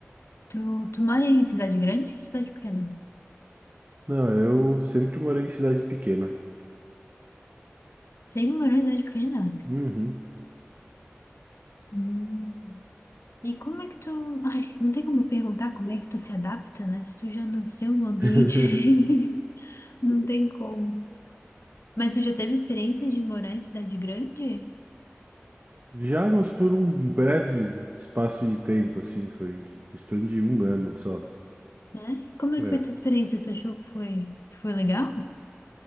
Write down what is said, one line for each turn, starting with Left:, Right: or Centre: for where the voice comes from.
Left: Tu, tu mora em cidade grande ou cidade pequena?
Right: Não, eu sempre morei em cidade pequena.
Left: Sempre morou em cidade pequena?
Right: Uhum.
Left: Hum. E como é que tu. <laughs> Ai, não tem como perguntar como é que tu se adapta, né? Se tu já nasceu no ambiente.
Right: <laughs>
Left: <laughs> Não tem como. Mas tu já teve experiência de morar em cidade grande,
Right: Já, mas por um breve espaço de tempo, assim, foi questão de um ano só.
Left: né? Como é
Right: É.
Left: que foi tua experiência? Tu achou que foi, que foi legal?